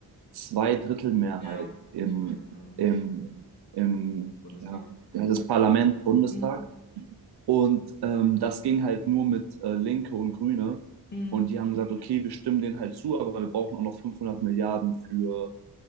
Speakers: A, on the right; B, on the left.
A: Zweidrittelmehrheit
B: Ja,
A: im,
B: ich weiß, äh,
A: im, im
B: Bundestag.
A: ja, wie heißt das Parlament, Bundestag.
B: Hm.
A: Und ähm, das ging halt nur mit äh, Linke und Grüne.
B: Hm.
A: Und die haben gesagt, okay, wir stimmen denen halt zu, aber wir brauchen auch noch 500 Milliarden für